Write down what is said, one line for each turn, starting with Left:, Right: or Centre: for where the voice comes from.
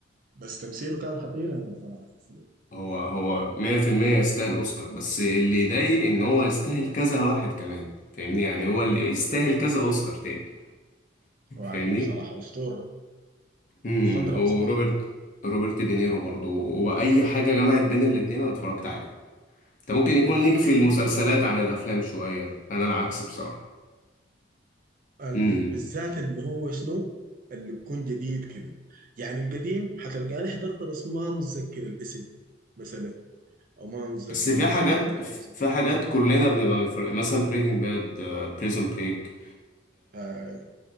Right: بس تمثيله كان خطير يا مان صراحة في الفيلم
Left: هو هو 100% يستاهل اوسكار بس اللي يضايق ان هو يستاهل كذا واحد كمان فاهمني يعني هو اللي يستاهل كذا اوسكار تاني
Right: هو عجيب
Left: فاهمني
Right: صراحة أسطورة
Left: امم
Right: مخضرم
Left: وروبرت
Right: صراحة
Left: روبرت دينيرو برضو واي حاجه جمعت بين الاتنين انا اتفرجت عليها انت ممكن يكون ليك في
Right: في
Left: المسلسلات عن الافلام شويه انا العكس بصراحه
Right: ال-
Left: امم
Right: بالذات اللي هو شنو اللي بيكون جديد كده يعني القديم حتلقاني حضرته بس ما متذكر الاسم مثلا او ما متذكر
Left: بس في
Right: المخرج
Left: حاجات
Right: او ما متذكر
Left: في حاجات
Right: الممثلين
Left: كلنا بنبقى متفرق. مثلا بريكنج باد بريزون بريك
Right: هاي